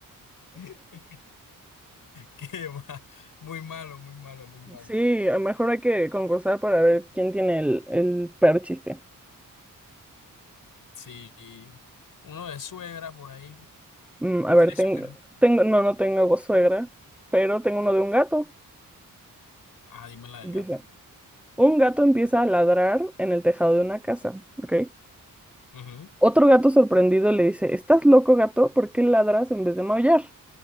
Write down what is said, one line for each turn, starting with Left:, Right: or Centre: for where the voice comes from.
Left: <laughs> Qué va. Muy malo, muy malo, muy malo.
Centre: Sí, a lo mejor hay que concursar para ver quién tiene el, el peor chiste.
Left: Sí, uno de suegra por ahí.
Centre: Mm, a
Left: ¿Tiene
Centre: ver,
Left: suegra?
Centre: tengo, tengo, no, no tengo suegra, pero tengo uno de un gato.
Left: Ah, dime la del
Centre: Dice.
Left: gato.
Centre: Un gato empieza a ladrar en el tejado de una casa, ¿ok?
Left: Ujú.
Centre: Otro gato sorprendido le dice, ¿Estás loco, gato? ¿Por qué ladras en vez de maullar?